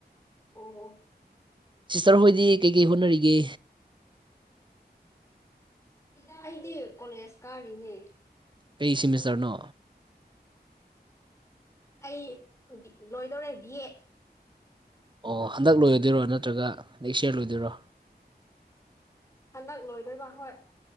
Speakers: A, on the left; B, on the right.
A: ꯑꯣ
B: ꯁꯤꯁꯇꯔ ꯍꯣꯏꯗꯤ ꯀꯩꯀꯩ ꯍꯣꯠꯅꯔꯤꯒꯦ
A: ꯗ ꯑꯩꯗꯤ ꯀꯣꯂꯦꯖ ꯀꯥꯔꯤꯅꯦ
B: ꯀ ꯁꯤꯦꯃꯤꯁꯇꯔꯅꯣ
A: ꯑꯩ ꯂꯣꯏꯗꯧꯔꯦ ꯕꯤ ꯑꯦ
B: ꯑꯣ ꯍꯟꯗꯛ ꯂꯣꯏꯔꯣꯏꯗꯣꯏꯔꯣ ꯅꯠꯇ꯭ꯔꯒ ꯅꯦꯛꯁ ꯏꯌꯥꯔ ꯂꯣꯏꯗꯣꯏꯔꯣ
A: ꯍꯟꯗꯛ ꯂꯣꯏꯗꯣꯏꯕ ꯍꯣꯏ